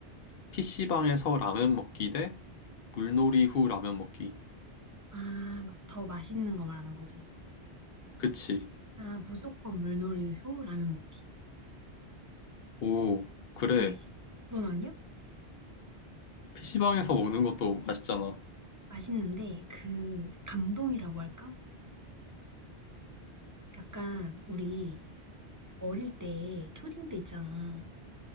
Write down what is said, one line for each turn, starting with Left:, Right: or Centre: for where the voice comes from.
Left: PC방에서 라면 먹기 대 물놀이 후 라면 먹기.
Right: 아, 마- 더 맛있는 거 말하는 거지.
Left: 그치?
Right: 아, 무조건 물놀이 후 라면 먹기.
Left: 오, 그래.
Right: 왜? 넌 아니야?
Left: PC방에서 먹는 것도 맛있잖아.
Right: 맛있는데, 그, 감동이라고 할까? 약간, 우리, 어릴 때, 초딩 때 있잖아.